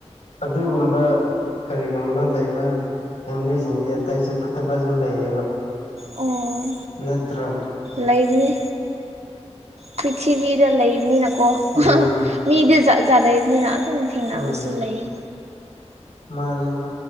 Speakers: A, on the left; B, on the right.
A: ꯑꯗꯨꯒꯨꯝꯕ ꯀꯔꯤꯒꯨꯝꯕ ꯂꯩꯕ ꯐꯦꯃꯤꯂꯤꯁꯤꯡꯗꯤ ꯑꯇꯩꯁꯨ ꯐꯠꯇꯕꯁꯨ ꯂꯩꯌꯦꯕ
B: ꯑꯣ
A: ꯅꯠꯇ꯭ꯔ
B: ꯂꯩꯕꯅꯦ ꯄ꯭ꯔꯤꯊꯤꯕꯤꯗ ꯂꯩꯕꯅꯤꯅ ꯀꯣ
A: ꯎꯝ
B: ꯃꯤꯗꯤꯖꯂꯕꯅꯤꯅ ꯑꯗꯨꯝ ꯊꯦꯡꯅꯕꯁꯨ
A: ꯎꯝ
B: ꯂꯩꯌꯦ
A: ꯃꯥꯅꯦꯕ